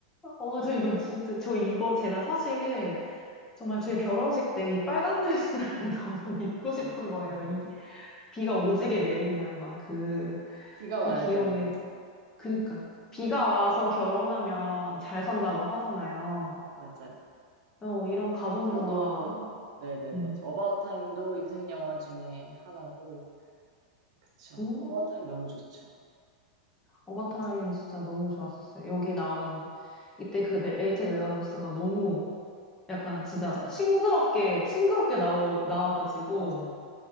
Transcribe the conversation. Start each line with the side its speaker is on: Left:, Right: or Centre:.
Left: 어 저 이거 진짜 저 이거 제가 사실 정말 제 결혼식 때 이 빨간 드레스를 <laughs> 너무 입고
Right: 아,
Left: 싶은 거예요. 이 비가 오지게 내린 날막그 그
Right: 비가
Left: 그
Right: 와야
Left: 기억이
Right: 되는데.
Left: 그니까 비가 와서 결혼하면 잘 산다고 하잖아요.
Right: 맞아요.
Left: 어, 이런 가족
Right: 저도,
Left: 영화
Right: 네네네.
Left: 음.
Right: 어바웃 타임도 인생 영화 중에 하나고, 그쵸.
Left: 음.
Right: 어바웃 타임 너무 좋죠.
Left: 어바타민
Right: 맞아요.
Left: 진짜 너무 좋았었어요. 여기 나온 이때 그 메- 레이첼 맥아담스가 너무 약간 진짜
Right: 진짜,
Left: 싱그럽게 싱그럽게 나오, 나와가지고
Right: 맞아요.